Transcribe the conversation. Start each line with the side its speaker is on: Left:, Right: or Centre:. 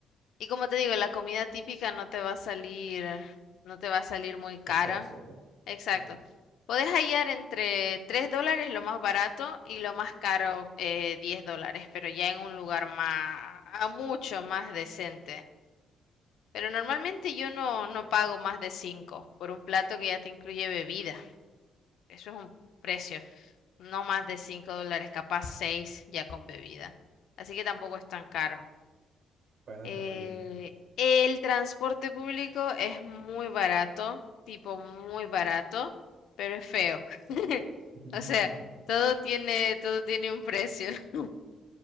Left: Y como te digo, la comida típica no te va a salir, no te va a salir muy cara.
Right: Costoso, ¿verdad?
Left: Exacto.
Right: Ok.
Left: Puedes hallar entre 3 dólares lo más barato y lo más caro eh, 10 dólares, pero ya en un lugar más, mucho más decente. Pero normalmente yo no, no pago más de 5 por un plato que ya te incluye bebida. Eso es un precio, no más de 5 dólares, capaz 6 ya con bebida. Así que tampoco es tan caro.
Right: Bueno,
Left: Eh,
Right: está muy bien.
Left: el transporte público es muy barato, tipo muy barato, pero es feo. <laughs>
Right: <laughs>
Left: O sea, todo tiene, todo tiene un precio. <laughs>